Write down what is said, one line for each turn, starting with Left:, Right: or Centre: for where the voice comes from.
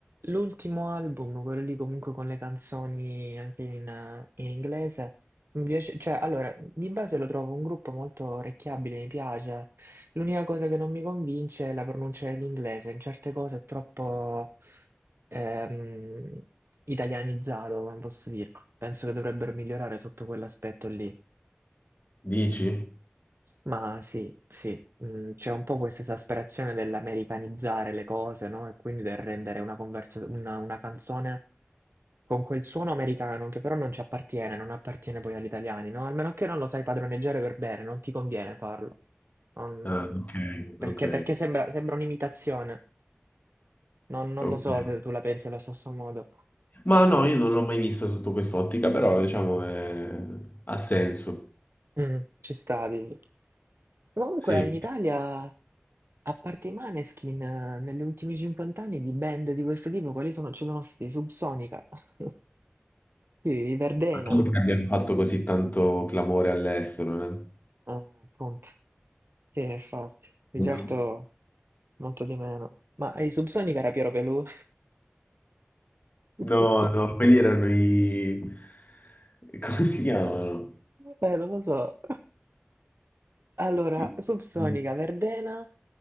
Right: l'ultimo album, quello lì comunque con le canzoni anche in, in inglese, mi piace, cioè allora, di base lo trovo un gruppo molto orecchiabile, mi piace. L'unica cosa che non mi convince è la pronuncia dell'inglese, in certe cose è troppo ehm, italianizzato, come posso dire. Penso che dovrebbero migliorare sotto quell'aspetto lì.
Left: Dici?
Right: Ma sì, sì, mm, c'è un po' questa esasperazione dell'americanizzare le cose, no? E quindi del rendere una, conversa- una, una canzone con quel suono americano che però non ci appartiene, non appartiene poi agli italiani, no? Almeno che non lo sai padroneggiare per bene, non ti conviene farlo. Non-
Left: Ah, ok,
Right: Perché,
Left: ok,
Right: perché sembra, sembra un'imitazione. Non, non
Left: ok.
Right: lo so se tu la pensi allo stesso modo.
Left: Ma no, io non l'ho mai vista sotto quest'ottica, però diciamo eh, ha senso.
Right: Mm, ci stavi. Comunque
Left: Sì.
Right: in Italia, a parte i Maneskin, eh, negli ultimi 50 anni di band di questo tipo, quali sono? Ci sono stati Subsonica, <laughs> sì, i Verdena,
Left: Non che abbiano fatto così tanto clamore all'estero. eh.
Right: eh, appunto. Sì, infatti, di
Left: No,
Right: certo molto di meno. Ma i Subsonica era Piero Pelù? <laughs>
Left: no, no, quelli erano i... come si chiamano?
Right: Eh, non lo so. Allora,
Left: I,
Right: Subsonica,
Left: i,
Right: Verdena,